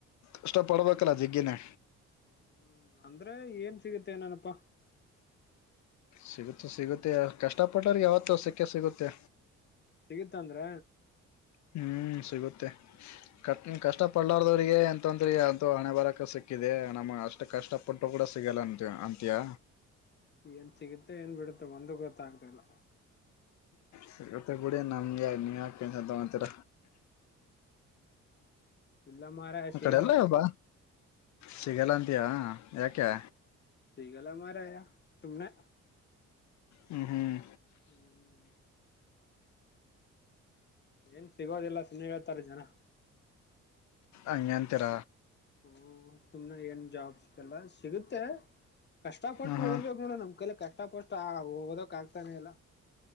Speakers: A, on the left; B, on the left.
A: ಕಷ್ಟಪಡ್ಬೇಕಲ್ಲ ಜಗ್ಗಿನೇ.
B: ಹ್ಮ್ ಅಂದ್ರೆ ಏನ್ ಸಿಗುತ್ತೆ ಏನೋನಪ್ಪ.
A: ಸಿಗುತ್ತೆ ಸಿಗುತ್ತೆ ಕಷ್ಟ ಪಟ್ಟೋರ್ ಗೆ ಯಾವತ್ತು ಸಿಕ್ಕೇ ಸಿಗುತ್ತೆ.
B: ಸಿಗುತ್ತೆ ಅಂದ್ರ.
A: ಹ್ಮ್ ಸಿಗುತ್ತೆ ಕ
B: ಹ್ಮ್
A: ಕಷ್ಟ ಪಳ್ಳಾರದವ್ರರಿಗೆ ಎಂತಂದ್ರೆ ಅಂತೂ ಹಣೆ ಬರಕ ಸಿಕ್ಕಿದೆ ನಮ್ಗೆ ಅಷ್ಟ್ ಕಷ್ಟಪಟ್ಟರು ಕೂಡ ಸಿಗಲ್ಲ ಅಂತ್ಯೆಯ
B: ಏನ್ ಸಿಗುತ್ತೆ ಏನ್ ಬಿಡುತ್ತೆ ಒಂದ ಗೊತ್ತಾಗಗ್ತ ಇಲ್ಲ
A: ಸಗತೆ ಬಡಿಯ ನಮ್ಮಗೆ ನೀ ಯಾಕಂತ ತ ಒಂತೀರ
B: ಇಲ್ಲ ಮಾರಾಯ
A: ಅ
B: ಸಿಗಲ್ಲ
A: ಕಡೆ ಎಲ್ಲ ಅಬ ಸಿಗಲ್ಲ ಅಂತಯಾ ಯಾಕ್ಯಾ
B: ಸಿೀಗಲ್ಲ ಮಾರ ತುಮನೆ
A: ಹ್ಮ್ ಹ್ಮ್
B: ಹ್ಮ್ ಹ್ಮ್ ಏನ್ ಸಿಗೋದಿಲ್ಲ ಸುಮ್ಮನೆ ಹಳ್ತಾರೆ ಜನ
A: ಅಂಗಂತರ
B: ಹ್ಮ ಸುಮ್ನೆ ಏನ್ ಜಾಬ್ ಸಿಕ್ಕಲ್ಲ ಸಿಗುತ್ತೆ ಕಷ್ಟ ಪಟ್ಟು
A: ಹ್ಮ್ ಹ್ಮ್
B: ಓದ್ಬೇಕು ನೋಡ ನಮ್ ಕಲೆ ಕಷ್ಟ ಪಟ್ಟು ಆ ಓದಕ್ ಆಗ್ತಾನೆಲ್ಲ